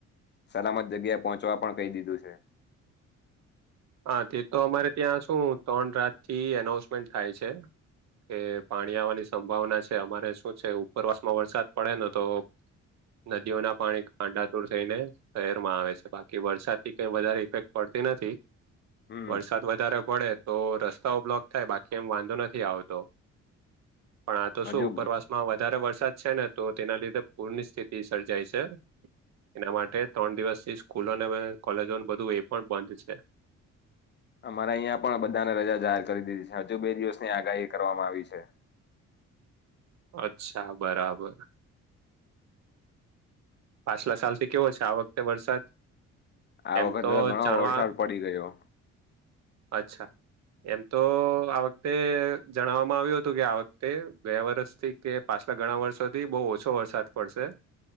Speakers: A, on the left; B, on the right.
A: સલામત જગ્યાએ પહોંચવા પણ કહી દીધું છે.
B: હા તે તો અમારે ત્યાં શું ત્રણ રાતથી એનાઉસમેન્ટ થાય છે. કે પાણી આવવાની સંભાવના છે અમારે શું છે ઉપરવાસમાં વરસાદ પડે ને તો નદીઓના પાણી ગાડાતુર થઈને શહેરમાં આવે છે બાકી વરસાદથી કઈ વધારે ઈફેક્ટ પડતી નથી.
A: હમ
B: વરસાદ વધારે પડે તો રસ્તાઓ બ્લોક થાય બાકી એમ વાંધો નથી આવતો. પણ આ તો શું
A: હજુ
B: ઉપરવાસમાં વધારે વરસાદ છે ને તો તેના લીધે પૂરની સ્થિતિ સર્જાય છે. એના માટે ત્રણ દિવસથી સ્કૂલોને અવે કોલેજો બધું એ પણ બંધ છે.
A: અમારે અહીંયા પણ બધાને રજા જાહેર કરી દીધી છે્ હજુ બે દિવસની આગાહી કરવામાં આવી છે.
B: અચ્છા બરાબર પાછલા સાલ થી કેવો છે આ વખતે વરસાદ
A: આ
B: એમ
A: વખતે તો ઘણો
B: જાણવા
A: વરસાદ પડી ગયો
B: અચ્છા એમ તો આ વખતે જણાવવામાં આવ્યું હતું કે આ વખતે ગ્યા વરષથી કે પાછલા ઘણા વર્ષો થી બહુ ઓછો વરસાદ પડશે